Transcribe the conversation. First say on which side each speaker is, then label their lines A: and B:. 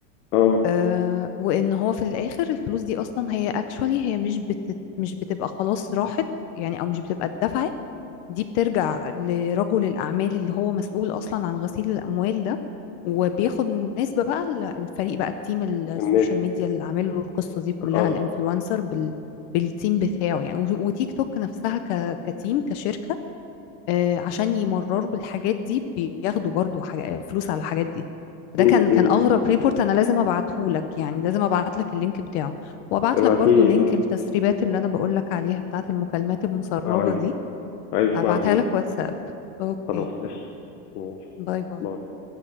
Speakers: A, on the left; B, on the left.
A: اه
B: آه، وان هو في الاخر الفلوس دي اصلا هي اكشوالي هي مش بت... مش بتبقى خلاص راحت يعني او مش بتبقى اتدفعت دي بترجع لرجل الاعمال اللي هو مسؤول اصلا عن غسيل الاموال ده وبياخد نسبة بقى ال- الفريق بقى التيم السوشيال
A: الناس
B: ميديا اللي عامل له القصة دي كلها
A: اه
B: الانفلونسر بال... بالتيم بتاعه يعني و- وتيك توك نفسها ك... كتيم كشركة آه، عشان يمرروا الحاجات دي بياخدوا برضو حاجة فلوس على الحاجات دي ده
A: م- م-
B: كان كان اغرب
A: م.
B: ريبورت انا لازم ابعته لك يعني لازم ابعت لك اللينك بتاعه وابعت
A: ابعتيلي
B: لك برضو لينك
A: اه
B: التسريبات اللي انا بقول لك عليها بتاعت المكالمات المسربة
A: اه عايز
B: دي
A: عايز
B: ابعتها
A: اسمعها جدا
B: لك واتساب اوكي
A: خلاص قشطة ماشي.
B: باي باي
A: باي.